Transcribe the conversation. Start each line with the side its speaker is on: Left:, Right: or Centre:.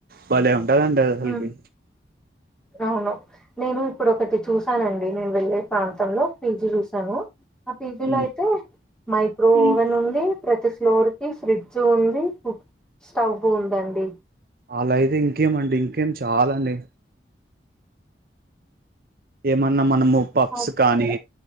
Right: భలే ఉంటదండి అసల్కి
Centre: హ్మ్. అవును నేను ఇప్పుడు ఒకటి చూసానండి నేను వెళ్లేే ప్రాంతంలో పీజీ చూసాను ఆ పిజీలో
Right: ఉమ్
Centre: అయితే మైక్రో
Right: ఉమ్.
Centre: ఓవెన్ ఉంది ప్రతి ఫ్లోర్ కి ఫ్రిడ్జ్ ఉంది కు స్టవ్ ఉందండి
Right: అలా అయితే ఇంకేమండి ఇంకేం చాలండి ఏమన్నామ్ మ మనము పప్స్
Centre: అయితే
Right: కానీ